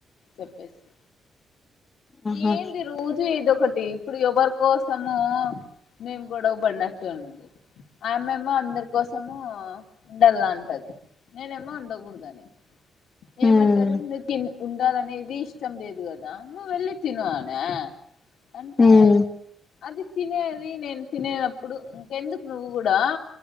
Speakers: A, on the left (about 75°); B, on the left (about 30°).
A: చెప్పేస్తి
B: ఆహా
A: ఏంది రోజు ఏదో ఒకటి ఇప్పుడు ఎవరి కోసమో మేము గొడవ బడినట్టు ఉంది ఆమెమో అందరి కోసము ఉండాల అంటది నేనేమో ఉండకూడదు అంట
B: మ్మ్
A: ఏమంటది నీకు ఉండాలనేది ఇష్టం లేదు కదా నువ్వు వెళ్ళి తిను అనే అంటే
B: మ్మ్
A: అది తినేది నేను తినేనప్పుడు ఇంకెందుకు నువ్వు కూడా